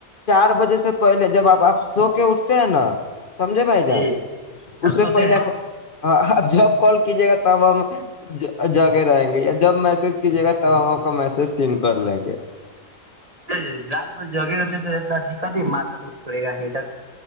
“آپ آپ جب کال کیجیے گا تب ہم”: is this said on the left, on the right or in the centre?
Left